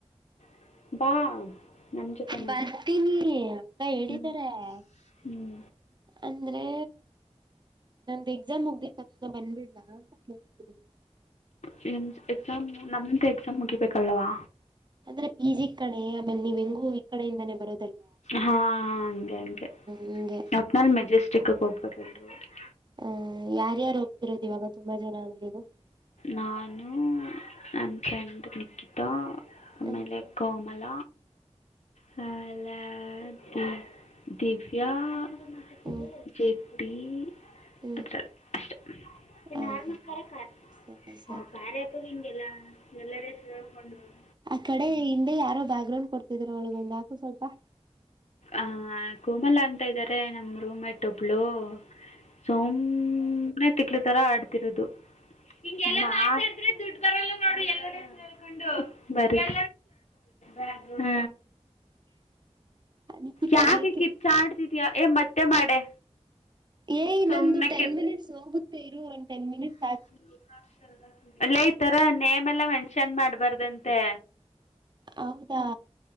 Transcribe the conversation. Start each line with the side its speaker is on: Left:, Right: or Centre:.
Left: ಬಾ ನಮ್ಮ ಜೊತೆನೇ
Right: ಬರ್ತೀನೀ. <unintelligible> ಕೈ ಹಿಡಿತಾರೆ
Left: ಹ್ಞೂ
Right: <unintelligible>
Left: ಹ್ಞೂ
Right: ಅಂದ್ರೆ ನಮ್ದ ಎಕ್ಸಾಮ್ ಮುಗ್ದಿದ್ ತಕ್ಷಣ ಬಂದ್ಬಿಡ್ಲ ಅಂತ ಕೇಳ್ತನಿ.
Left: ನಿಮ್ದ್ ಎಕ್ಸಾಮ್ ನಮ್ದು ಎಕ್ಸಾಮ್ ಮುಗಿಬೇಕಲ್ವಾ.
Right: ಅಂದ್ರೆ ಪಿ ಜಿ ಕಣೆ. ನೀವು ಹೆಂಗು ಈ ಕಡೆ ಇಂದನೆ ಬೇರೊದಲ್ಲವ.
Left: ಹಾ ಹಂಗೆ ಹಂಗೆ
Right: ಹಂಗೆ
Left: ಒಟ್ನಲ್ಲಿ ಮೆಜೆಸ್ಟಿಕ್ಗ ಹೋಗ್ಬಾರ್ <unintelligible>
Right: ಹ್ಮ ಯಾರ್ಯಾರು ಹೋ <unintelligible>
Left: ನಾನು ನನ್ ಫ್ರೆಂಡ್ ನಿಕ್ಕಿ. ಡಾ ಅಮೇಲೆ
Right: ಹ್ಮ್
Left: ಕೋಮಲ ಹ ಲೆ ಹಾ ದಿವ್ ದಿವ್ಯಾ <unintelligible>
Right: ಹ್ಮ್ ಹ್ಮ್
Left: ವೇಟ್ ಟೀ
Right: ಹ್ಮ್
Left: ಅಸ್ಟೇ <unintelligible>
Right: ಹೌದ ಸರಿ ಸರಿ
Left: ಆ ಕಾರ್ಯ ಆಪ್ ದಗ ಇಂಗಿಲ್ಲ. ದ ಎಲ್ಲರೆ ಕೇಳ್ಕೊಂಡು ಹ
Right: ಆ ಕಡೆ ಹಿಂದೆ ಯಾರೋ ಬ್ಯಾಕ್ ಗ್ರೌಂಡ್ ಕೊಡ್ತಿದರ ಅವ್ಳಿಗೊಂದ್ ಹಾಕು ಸ್ವಲ್ಪ.
Left: ಆಹ ಕೋಮಲ ಅಂತ ಇದರೆ ನಮ್ ರೂಮೇಟ್ ಒಬ್ಳು ಸುಮ್ ನೇ ತಿಕ್ಲು ತರ ಆಡ್ತಿರೋದು. ಯಾ <unintelligible> ಬರುತ್ತೆ <unintelligible> ಹ
Right: ನಿಕಿತಾಗ
Left: ಯಾಕೆ
Right: ಏಕೆ
Left: ಕಿರ್ಚಾಡ್ ತಿದ್ಯಾ ಎ ಮತ್ತೆ ಮಾಡೆ.
Right: ಏಯ್
Left: ಸುಮ್ಮನೆ
Right: ನಂದು ಟೆನ್ ಮಿನಿಟ್ಸ್ ಹೋಗು ತ್ತೆ ಇರು ಒಂದ್ ಟೆನ್ ಮಿನಿಟ್
Left: <unintelligible> ಅಲ್ಲೇ ಈ ತರ ನೇಮ್ ಎಲ್ಲಾ ಮೆನ್ಷನ್ ಮಾಡ್ಬಾರ್ದಂತೆ.
Right: ಹೌದಾ